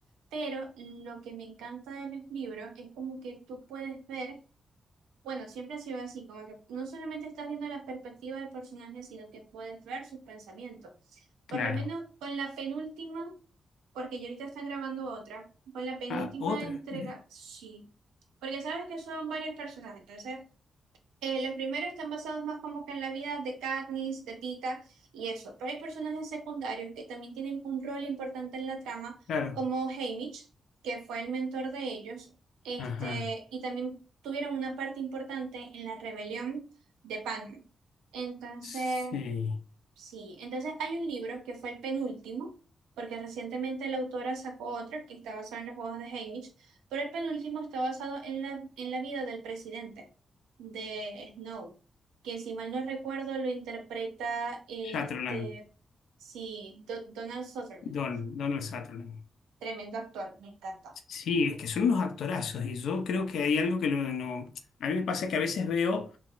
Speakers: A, on the right; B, on the left.
A: Pero lo que me encanta de los libros es como que tú puedes ver Bueno, siempre ha sido así, como que no solamente estás viendo la perspectiva del personaje, sino que puedes ver sus pensamientos.
B: Claro.
A: Por lo menos con la penúltima, porque yo ahorita están grabando otra, con la penúltima
B: Ah, otra,
A: entrega,
B: mirá,
A: sí. Porque sabes que son varios personajes, entonces eh, los primeros están basados más como que en la vida de Katniss, de Pita y eso, pero hay personajes secundarios que también tienen un rol importante en la trama,
B: claro.
A: como Haymitch, que fue el mentor de ellos, este,
B: Ajá,
A: y también tuvieron una parte importante en la rebelión de Pan. Entonces,
B: sí.
A: Sí, entonces hay un libro que fue el penúltimo, porque recientemente la autora sacó otro que está basado en los juegos de Haymitch, pero el penúltimo está basado en la, en la vida del presidente de Snow, que si mal no recuerdo lo interpreta este,
B: Sutherland,
A: sí, Do- Donald Sutherland,
B: Don, Donald Sutherland.
A: tremendo actor, me encanta.
B: Sí, es que son unos actorazos y yo creo que hay algo que lo, no... A mí me pasa que a veces veo